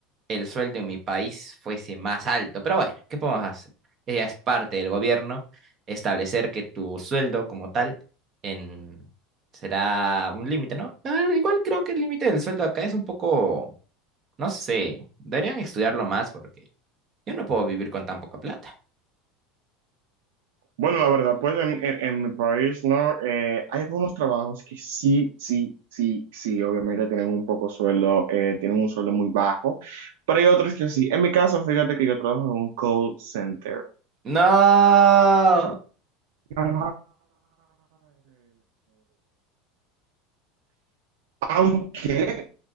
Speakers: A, on the right; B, on the right.
A: el sueldo en mi país fuese más alto, pero bueno, ¿qué podemos hacer? Ella es parte del gobierno establecer que tu sueldo como tal en... será un límite, ¿no? Ah, igual creo que el límite del sueldo acá es un poco, no sé, deberían estudiarlo más porque yo no puedo vivir con tan poca plata.
B: Bueno, la verdad, pues en, en- en mi país, ¿no? Eh, hay algunos trabajos que sí, sí, sí, sí, obviamente tienen un poco sueldo, eh, tienen un sueldo muy bajo, pero hay otros que sí. En mi caso, fíjate que yo trabajo en un call center.
A: No.
B: Ay, aunque